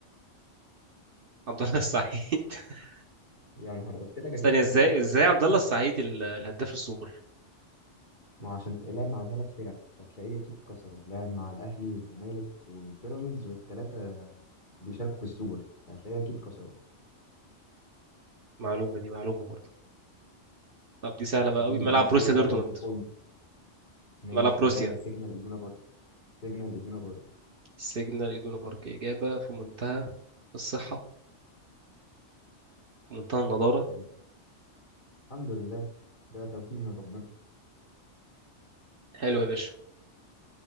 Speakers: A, on the right (about 55°); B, on the left (about 40°).
A: عبد الله السعيد <laughs>
B: يا نهار قلت لك اكيد
A: ثانية
B: حد
A: ازاي
B: كسره
A: ازاي عبد
B: <laughs>
A: الله السعيد ال- الهداف السوبر
B: ما هو عشان تلعب مع ثلاث فرق فتلاقيه اكيد كسره لعب مع الاهلي والزمالك وبيراميدز والثلاثه بيشاركوا في السوبر فهتلاقيه اكيد كسره
A: معلومة دي معلومة برضه طب دي سهلة بقى
B: اديني
A: قوي ملعب
B: اديني السؤال
A: بروسيا
B: اللي
A: دورتموند
B: بعده انا في الفورمه ماشي
A: ملعب بروسيا
B: ده سيجنال ادونا بارك سيجنال ادونا بارك
A: سيجنال إدونا بارك إجابة في منتهى الصحة في منتهى النضارة
B: حلو الحمد لله ده توفيق من ربنا
A: حلو يا باشا